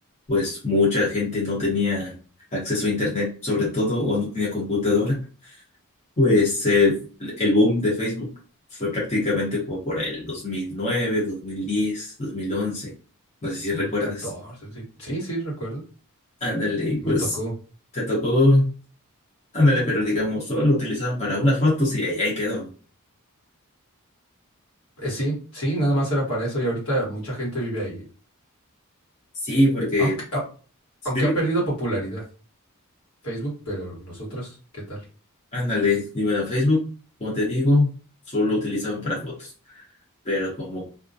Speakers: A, on the left; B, on the left.
A: pues mucha gente no tenía acceso a Internet, sobre todo, o no tenía computadora. Pues el, el boom de Facebook fue prácticamente como por el 2009, 2010, 2011. No sé si
B: 2014,
A: recuerdas.
B: sí. Sí, sí, recuerdo.
A: Ándale, y pues
B: Me tocó.
A: te tocó, ándale, pero digamos, solo lo utilizaban para unas fotos y ahí, ahí quedó, ¿no?
B: Eh, sí, sí, nada más era para eso y ahorita mucha gente vive ahí.
A: Sí, porque
B: Aunque, au-
A: Si
B: aunque
A: te ve,
B: ha perdido popularidad Facebook, pero los otros, ¿qué tal?
A: ándale, digo, a Facebook, como te digo, solo lo utilizaban para fotos, pero como